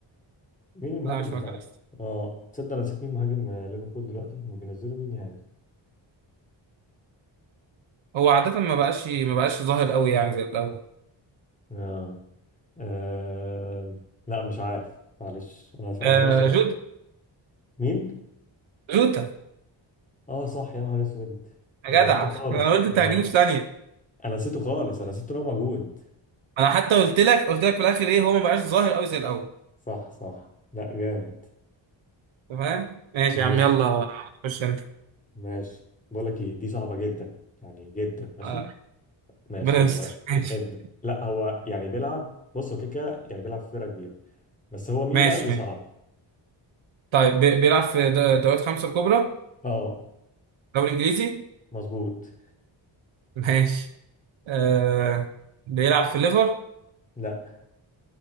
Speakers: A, on the left; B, on the right.
A: مين المهاجم
B: لا مش
A: بتاع
B: ماكاليستر
A: اه تصدق انا نسيت مين مهاجم آه، ليفربول دلوقتي هما بينزلوا مين يهاجم
B: هو عادة ما بقاش ما بقاش ظاهر قوي يعني زي الاول
A: اه آه، لا مش عارف معلش انا
B: آه
A: انا فاشل
B: جود
A: مين
B: جوتا
A: اه صح يا نهار اسود
B: يا
A: انا
B: جدع
A: نسيته خالص
B: <laughs> انا قلت
A: انا
B: انت هتجيبه في ثانية
A: انا نسيته خالص انا نسيت ان هو موجود
B: انا حتى قلت لك قلت لك في الاخر ايه هو ما بقاش ظاهر قوي زي الاول
A: صح صح لا جامد
B: تمام ماشي
A: ماشي
B: يا عم يلا خش انت
A: ماشي بقول لك ايه دي صعبة جدا يعني جدا ماشي
B: آه،
A: ماشي
B: ربنا يستر
A: يلا
B: <laughs> ماشي
A: ابدأ لا هو يعني بيلعب بص هو كده كده يعني بيلعب في فرقة كبيرة بس هو مين
B: ماشي
A: بقى دي صعبة
B: ماشي طيب بي- بيلعب في د- دوريات خمسة الكبرى
A: اه
B: دوري انجليزي
A: مظبوط
B: ماشي آه بيلعب في ليفر
A: لا